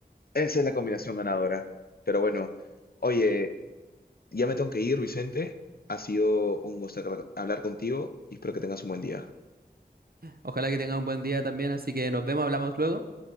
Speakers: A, on the left (about 65°); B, on the right (about 60°).
A: Esa es la combinación ganadora. Pero bueno, oye, ya me tengo que ir, Vicente. Ha sido un gusto hablar contigo y espero que tengas un buen día.
B: Ojalá que tengan un buen día también, así que nos vemos, hablamos luego.